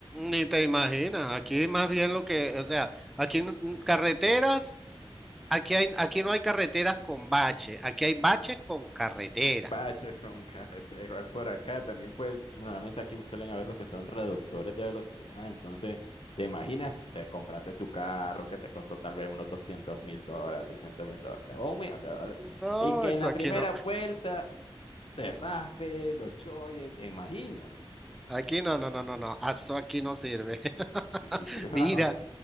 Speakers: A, in the centre; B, on the left.
A: ni te imaginas, aquí más bien lo que, o sea, aquí mm, carreteras. Aquí hay, aquí no hay carreteras con bache. aquí hay baches con carretera.
B: Baches <laughs> con carretera, igual por acá también pues normalmente aquí suelen haber los que son reductores de velocidad, entonces te imaginas, te compraste tu carro que te costó tal vez unos doscientos mil dólares, trescientos mil dólares o un millón de dólares
A: No,
B: y que
A: eso
B: en la
A: aquí
B: primera
A: no,
B: vuelta te raspe, lo choye, te imaginas.
A: aquí no, no, no, no, no, eso aquí no sirve. <laughs>
B: Sí, sí, <laughs> vamos,
A: Mira,